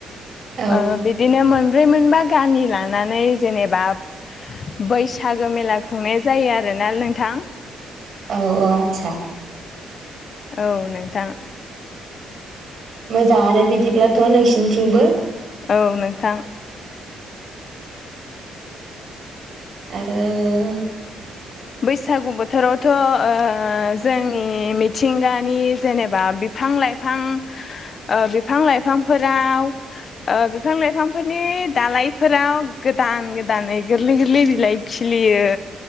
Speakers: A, on the right; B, on the left.
A: औ
B: ओ बिदिनो मोन बे मोनबा गामि लानानै जेनेबा बैसागो मेला खुंनाय जायो आरोना नोंथां
A: औ औ आतसा
B: औ नोंथां
A: मोजाङानो बिदिब्लाथ' नोंसिनि थिंबो
B: औ नोंथां
A: आरो
B: बैसागु बोथोरावथ' ओ जोंनि मिथिंगानि जेनेबा बिफां लाइफां ओ बिफां लाइफांफोराव ओ बिफां लाइफांफोरनि दालइफोराव गोदान गोदानै गोरलै गोरलै बिलाइ खिलियो